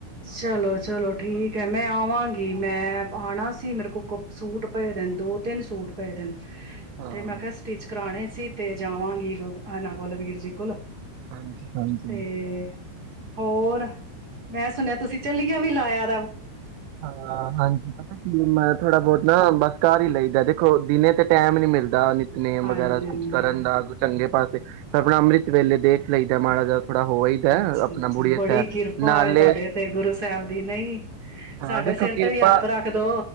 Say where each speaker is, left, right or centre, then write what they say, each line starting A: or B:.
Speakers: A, on the right; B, on the right.
A: ਚਲੋ ਚਲੋ ਠੀਕ ਹੈ ਮੈਂ ਆਵਾਂਗੀ ਮੈਂ ਆਉਣਾ ਸੀ ਮੇਰੇ ਕੋਲ ਕ ਸੂਟ ਪਏ ਦਿਨ ਦੋ ਤਿੰਨ ਸੂਟ ਪਏ ਦਿਨ
B: ਹਾਂ
A: ਤੇ ਮੈਂ ਕਿਹਾ ਕਿਹਾ ਸਟਿਚ ਕਰਾਉਣੇ ਅਸੀਂ ਤੇ ਜਾਵਾਂਗੀ ਇਹਨਾਂ ਕੋਲ ਵੀਰ ਜੀ ਕੋਲ
B: ਹਾਂ ਹਾਂ
A: ਤੇ ਹੋਰ ਮੈਂ ਸੁਣਿਆ ਤੁਸੀਂ ਚਝੱਲੀਆਂ ਵੀ ਲਾਇਆ ੀ
B: ਹਾਂ ਹਾਂਜੀ ਪਤਾ ਕੀ ਮੈਂ ਥੋੜਾ ਬਹੁਤ ਨਾ ਬਸ ਘਰ ਹੀ ਲਈਦਾ ਦੇਖੋ ਦਿਨੇ ਤੇ ਟਾਈਮ ਨੀ ਮਿਲਦਾ ਨੇੇਮ
A: ਹਾਂਜੀ
B: ਵਗੈਰਾ
A: ਹਾਂਜੀ
B: ਕੁਛ ਕਰਨ ਦਾ ਚੰਗੇ ਪਾਸੇ ਆਪਣਾ ਅੰਮ੍ਰਿਤ ਵੇਲੇ ਦੇਖ ਲਈਦਾ ਮਾੜਾ ਜਿਹਾ ਥੋੜਾ ਹੋ ਆਈਦਾ
A: ਅੱਛਾ
B: ਆਪਣਾ
A: ਅੱਛਾ
B: ਬੁੜੀਏ
A: ਬੜੀ
B: ਸਾਹਿਬ
A: ਕਿਰਪਾ
B: ਨਾਲੇ
A: ਏ ਤੁਹਾਡੇ ਤੇ ਗੁਰੂ ਸਾਹਿਬ ਦੀ ਨਹੀਂ
B: ਹਾਂ
A: ਸਾਡੇ
B: ਦੇਖੋ
A: ਸਿਰ
B: ਕਿਰਪਾ
A: ਤੇ ਵੀ ਆਥ ਰੱਖਦੋ